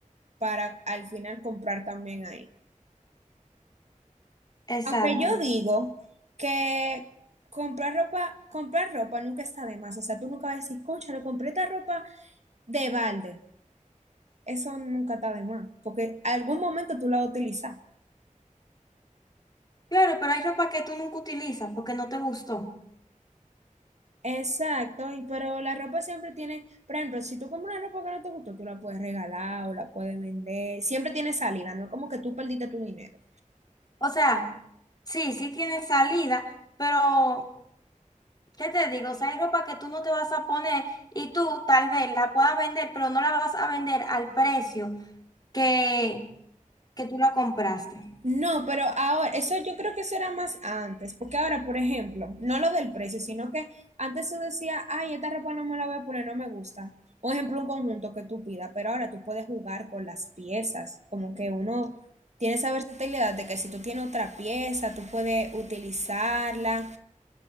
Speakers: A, on the right (about 55°); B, on the left (about 30°).
A: para al final comprar también ahí.
B: Exacto.
A: Aunque yo digo que comprar ropa, comprar ropa nunca está de más. O sea, tú nunca vas a decir, concha, le compré esta ropa de balde. Eso nunca está de más, porque algún momento tú la vas a utilizar.
B: Claro, pero hay ropa que tú nunca utilizas porque no te gustó.
A: Exacto, y pero la ropa siempre tiene, por ejemplo, si tú compras una ropa que no te gustó, tú la puedes regalar o la puedes vender. Siempre tiene salida, no es como que tú perdiste tu dinero.
B: O sea, sí, sí tiene salida, pero ¿qué te digo? O sea, hay ropa que tú no te vas a poner y tú tal vez la puedas vender, pero no la vas a vender al precio que, que tú la compraste.
A: No, pero ahora, eso yo creo que eso era más antes, porque ahora, por ejemplo, no lo del precio, sino que antes tú decías, ay, esta ropa no me la voy a poner, no me gusta. Por ejemplo, un conjunto que tú pidas, pero ahora tú puedes jugar con las piezas, como que uno tiene esa versatilidad de que si tú tienes otra pieza, tú puedes utilizarla